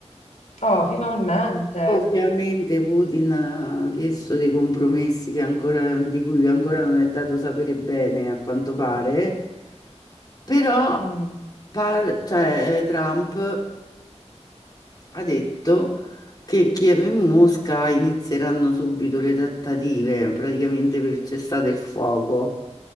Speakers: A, on the left (about 85°); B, on the left (about 35°).
A: Oh, finalmente.
B: Ovviamente Putin ha chiesto dei compromessi che ancora- di cui ancora non è dato sapere bene, a quanto pare, però
A: Mm.
B: par- cioè, eh, Trump ha detto che Kiev e Mosca inizieranno subito le trattative, praticamente per il cessate il fuoco,